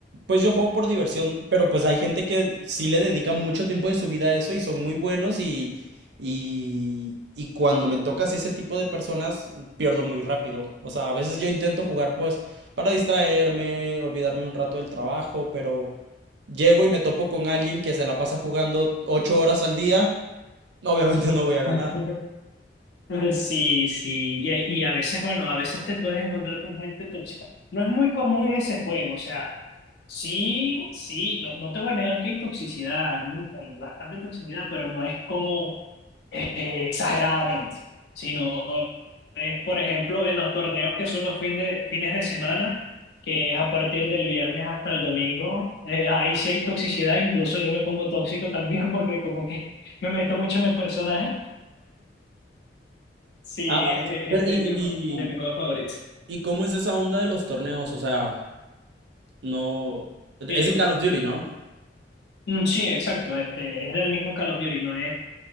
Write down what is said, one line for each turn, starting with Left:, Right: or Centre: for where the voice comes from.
Right: pues yo juego por diversión, pero pues hay gente que sí le dedica mucho tiempo de su vida a eso y son muy buenos y, y, y cuando me toca así ese tipo de personas, pierdo muy rápido. O sea, a veces yo intento jugar pues para distraerme, olvidarme un rato del trabajo, pero llego y me topo con alguien que se la pasa jugando ocho horas al día, obviamente no voy a ganar.
Left: <laughs> <laughs> Sí, sí, y, a- y a veces, bueno, a veces te puedes encontrar con gente tóxica. No es muy común en ese juego, o sea, sí, sí, no, no te voy a negar que hay toxicidad, hay, mu- hay bastante toxicidad, pero no es como eh, exageradamente, sino es, por ejemplo, en los torneos que son los fin de, fines de semana, que es a partir del viernes hasta el domingo, eh, ahí sí hay toxicidad, incluso yo me pongo tóxico también porque como que me meto mucho en el personaje. Sí,
Right: Ah,
Left: es,
Right: pero
Left: es- de
Right: y,
Left: mis, jue- de mis
Right: y,
Left: juegos favoritos.
Right: ¿y cómo es esa onda de los torneos? O sea... No,
Left: Eh,
Right: es en Call of Duty, ¿no?
Left: mm, sí, exacto. Este, es del mismo Call of Duty, no es,